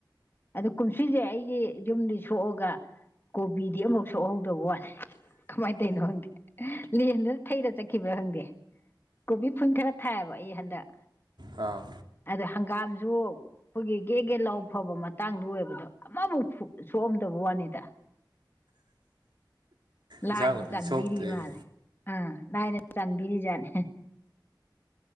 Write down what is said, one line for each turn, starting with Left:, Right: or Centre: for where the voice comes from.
Left: ꯑꯗꯨ ꯀꯨꯝꯁꯤꯁꯦ ꯑꯩꯒꯤ ꯌꯨꯝꯗꯤ ꯁꯣꯛꯑꯒ ꯀꯣꯕꯤꯗꯤ ꯑꯃꯨꯛ ꯁꯣꯛꯍꯧꯗꯕ ꯋꯥꯅꯤ ꯀꯃꯥꯏꯅ ꯇꯧꯅꯣ ꯍꯪꯗꯦ ꯂꯦꯟꯗꯨꯅ ꯊꯩꯔ ꯆꯠꯈꯤꯕ꯭ꯔꯥ ꯈꯪꯗꯦ ꯀꯣꯕꯤ ꯐꯨꯜ ꯈꯔ ꯊꯥꯏꯑꯕ ꯑꯩ ꯍꯟꯗꯛ
Right: ꯑꯥ
Left: ꯑꯗ ꯍꯪꯒꯥꯝꯖꯨ ꯑꯩꯈꯣꯏꯒꯤ ꯒꯦ ꯒꯦ ꯂꯥꯎ ꯐꯕ ꯇꯥꯡꯗꯨ ꯑꯣꯏꯕꯗꯣ ꯑꯃꯕꯧ ꯐꯨꯛ ꯁꯣꯛꯑꯝꯗꯕ ꯋꯥꯅꯤꯗ ꯂꯥꯏꯅ
Right: ꯏꯟꯁꯥꯡ ꯅꯥꯄꯤ
Left: ꯆꯥꯟꯕꯤꯔꯤ
Right: ꯁꯣꯛꯇ꯭ꯔꯦ
Left: ꯃꯥꯜꯂꯦ ꯑꯥ ꯂꯥꯏꯅ ꯆꯥꯟꯕꯤꯔꯤ ꯖꯥꯠꯅꯤ